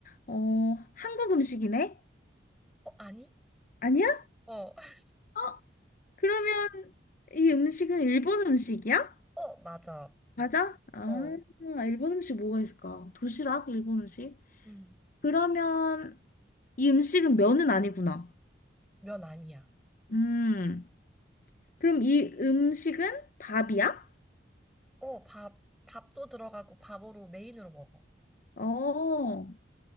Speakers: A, on the left (about 50°); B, in the centre.
A: 어, 한국 음식이네?
B: 어, 아니?
A: 아니야?
B: 어. <laughs>
A: 어, 그러면 이 음식은 일본 음식이야?
B: 어, 맞아.
A: 맞아? 아,
B: 어.
A: 일본 음식 뭐가 있을까? 도시락? 일본 음식?
B: 음.
A: 그러면 이 음식은 면은 아니구나.
B: 면 아니야.
A: 음, 그럼 이 음식은 밥이야?
B: 어, 밥, 밥도 들어가고 밥으로 메인으로 먹어.
A: 어,